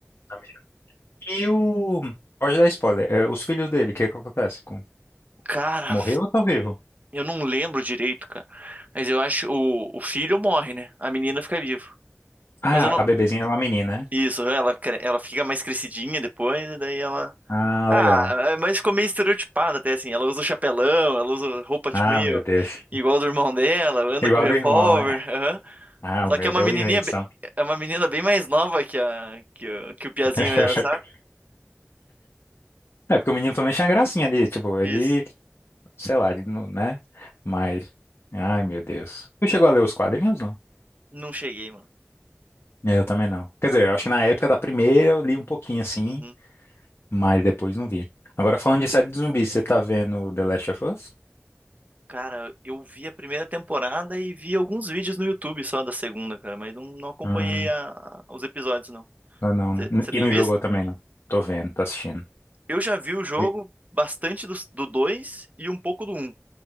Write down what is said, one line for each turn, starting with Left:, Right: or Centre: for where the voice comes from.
Left: Amigo. E o. Pode dar spoiler. É, os filhos dele, o que que acontece? Com...
Right: Cara,
Left: Morreu ou estão vivo?
Right: eu não lembro direito, cara. Mas eu acho o, o filho morre, né? A menina fica viva.
Left: Ah,
Right: Mas eu não.
Left: a bebezinha é uma menina, né?
Right: Isso, ela, cre- ela fica mais crescidinha depois, e daí ela.
Left: Ah,
Right: Ah,
Left: legal.
Right: é, mas ficou meio estereotipada até assim. Ela usa o chapelão, ela usa roupa tipo
Left: Ah,
Right: meio
Left: meu Deus.
Right: igual do irmão dela, anda
Left: Igual
Right: com revólver.
Left: do irmão, é.
Right: aham.
Left: Ah,
Right: Só
Left: meu
Right: que é uma
Left: Deus,
Right: menininha,
Left: invenção.
Right: be- é uma menina bem mais nova que a que, o- que o Piazinho
Left: <laughs>
Right: era, sabe?
Left: É porque o menino também tinha gracinha ali, tipo, ele,
Right: Isso.
Left: sei lá, ele não, né? Mas, ai, meu Deus. Tu chegou a ler os quadrinhos, não?
Right: Não cheguei, mano.
Left: Eu também não. Quer dizer, eu acho que na época da primeira eu li um pouquinho assim,
Right: Uhum.
Left: mas depois não vi. Agora falando de série de zumbis, você tá vendo The Last of Us?
Right: Cara, eu vi a primeira temporada e vi alguns vídeos no YouTube só da segunda, cara, mas não, não acompanhei
Left: Ah,
Right: a- a- os episódios, não.
Left: ah, não, né?
Right: Você tem
Left: E não
Right: visto?
Left: jogou também, não. Tô vendo, tô assistindo.
Right: Eu já vi o jogo
Left: Oi?
Right: bastante do, do 2 e um pouco do um